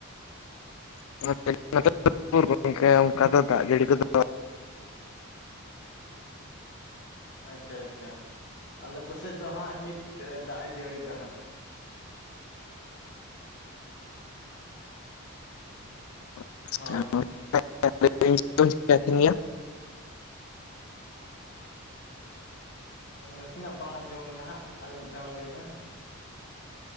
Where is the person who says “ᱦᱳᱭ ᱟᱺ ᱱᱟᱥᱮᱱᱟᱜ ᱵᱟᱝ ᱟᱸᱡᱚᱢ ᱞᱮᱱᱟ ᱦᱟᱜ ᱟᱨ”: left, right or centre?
Left